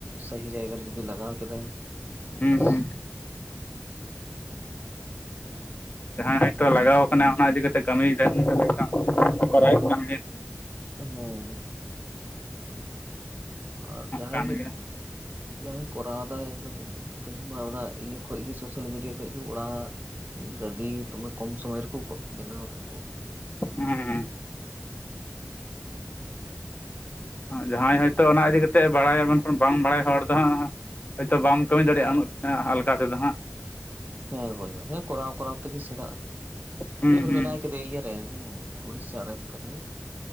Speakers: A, on the right (about 45°); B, on the left (about 45°).
A: ᱥᱟᱦᱤ ᱡᱟᱭᱜᱟ ᱨᱮ ᱡᱩᱫᱤ ᱞᱟᱜᱟᱣ ᱠᱮᱫᱟᱭ ᱵᱟᱥ
B: ᱦᱩᱸ
A: ᱦᱟᱸ
B: ᱡᱟᱦᱟᱸᱭ ᱦᱚᱭᱛᱚ ᱞᱟᱜᱟᱣ ᱠᱟᱱᱟ ᱚᱱᱟ ᱤᱫᱤ ᱠᱟᱛᱮᱫ ᱠᱟᱹᱢᱤᱭ ᱫᱟᱭ ᱩᱱᱤ ᱫᱚ ᱠᱟᱹᱢᱤ ᱠᱚᱨᱟᱣᱮᱫ ᱠᱟᱱ ᱜᱮᱭᱟ᱾
A: ᱦᱩᱸ ᱟᱨ ᱡᱟᱦᱟᱸᱭ
B: ᱠᱟᱱ
A: ᱜᱮᱫ
B: ᱜᱮᱭᱟ
A: ᱡᱟᱦᱟᱸᱭ ᱠᱚᱨᱟᱣ ᱫᱟᱭ ᱮᱠᱫᱚᱢ ᱛᱮᱦᱮᱧ ᱢᱟ ᱚᱱᱟ ᱤᱭᱟᱹ ᱠᱷᱚᱡᱜᱮ ᱥᱳᱥᱟᱞ ᱢᱤᱰᱤᱭᱟ ᱠᱷᱚᱡᱜᱮ ᱚᱲᱟᱜ ᱜᱟᱹᱰᱤ ᱫᱚᱢᱮ ᱠᱚᱢ ᱥᱚᱢᱚᱭ ᱨᱮ ᱠᱚ ᱠᱚᱼᱼ ᱵᱮᱱᱟᱣ ᱫᱟᱠᱚᱼᱼ <inaudible>
B: ᱦᱮᱸ ᱡᱟᱦᱟᱸᱭ ᱦᱚᱭᱛᱚ ᱚᱱᱟ ᱤᱫᱤ ᱠᱟᱛᱮᱫ ᱮ ᱵᱟᱲᱟᱭᱟ ᱢᱮᱱᱠᱷᱟᱱ ᱵᱟᱝ ᱵᱟᱲᱟᱭ ᱦᱚᱲ ᱫᱚ ᱦᱟᱸᱜ ᱦᱳᱭᱛᱚ ᱵᱟᱢ ᱠᱟᱹᱢᱤ ᱫᱟᱲᱮᱭᱟᱜᱼᱟ ᱩᱱᱟᱹᱜ ᱟᱞᱜᱟ ᱛᱮᱫᱚ ᱦᱟᱸᱜ᱾
A: ᱦᱮᱸ ᱵᱚᱭᱦᱟ ᱦᱮᱸ ᱠᱚᱨᱟᱣ ᱠᱚᱨᱟᱣ ᱛᱮᱜᱮ ᱥᱮᱬᱟᱜᱼᱟ,
B: ᱦᱩᱸ
A: ᱢᱤᱫ ᱦᱚᱲ
B: ᱦᱩᱸ
A: ᱢᱮᱱᱟᱭ ᱠᱮᱫᱮᱭᱟ ᱤᱭᱟᱹ ᱨᱮ ᱦᱮᱸᱼᱼ ᱩᱲᱤᱥᱥᱟ ᱨᱮᱱ ᱠᱟᱹᱱᱟᱹᱭ